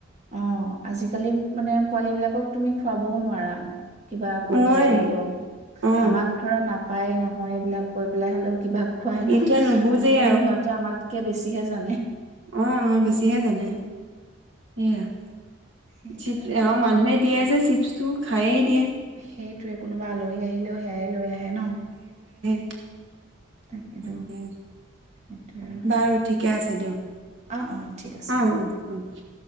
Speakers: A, on the right; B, on the right.
A: অ', আজিকালি মানে পোৱালী বিলাকক তুমি খোৱাবোও নোৱাৰা। কিবা কৈ
B: নোৱাৰি
A: পেলাই হ'লেও,
B: অ
A: আমাক ধৰা না পাই নহয়, এইবিলাক কৰি পেলাই হ'লেও কিবা খুৱাই নো
B: এতিয়া নুবুজেই
A: আজিকালি সিহঁতে আমাতকে বেছি হি জানে।
B: অহ, অহ বেছিহে জানে। এইয়া
A: সেইটোৱে
B: <unintelligible>
A: আৰু
B: মানুহেই দিয়ে যে চিপছটো খায়েই দিয়ে।
A: সেইটোৱে কোনো উবা আলহী আহিলেও সেয়াই লৈ আহে ন।
B: <unintelligible>
A: তাকেতো
B: তাকে,
A: সেইটোৱে আৰু
B: বাৰু ঠিকে আছে দিয়ক।
A: অ', অ', ঠিক আছে
B: অ',
A: দিয়া।
B: অ', অ'।